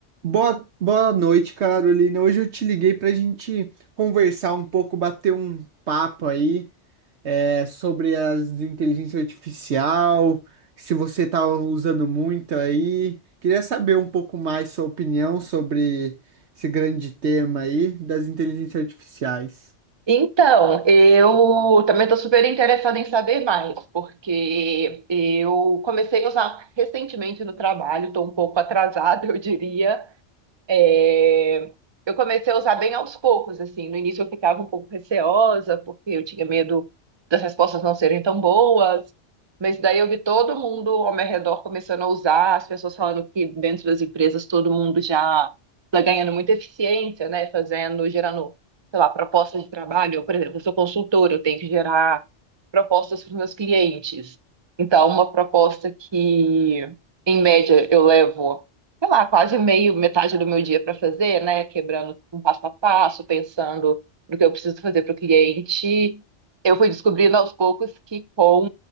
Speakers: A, on the right; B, on the right.
A: Boa, boa noite, Carolina. Hoje eu te liguei para a gente conversar um pouco, bater um papo aí é, sobre as inteligência artificial, se você está usando muito aí. Queria saber um pouco mais sua opinião sobre esse grande tema aí das inteligências artificiais.
B: Então, eu também estou super interessada em saber mais, porque eu comecei a usar recentemente no trabalho, estou um pouco atrasada, <laughs> eu diria, é, eu comecei a usar bem aos poucos, assim. No início eu ficava um pouco receosa, porque eu tinha medo das respostas não serem tão boas. Mas daí eu vi todo mundo ao meu redor começando a usar, as pessoas falando que dentro das empresas todo mundo já está ganhando muita eficiência, né? Fazendo, gerando, sei lá, propostas de trabalho. Eu, por exemplo, eu sou consultora, eu tenho que gerar propostas para os meus clientes. Então, uma proposta que, em média, eu levo sei lá, quase meio, metade do meu dia para fazer, né? Quebrando um passo a passo, pensando no que eu preciso fazer para o cliente. Eu fui descobrindo aos poucos que com